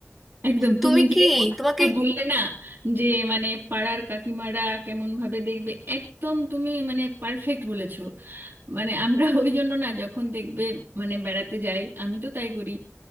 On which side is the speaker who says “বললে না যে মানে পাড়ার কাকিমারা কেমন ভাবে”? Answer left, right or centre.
Right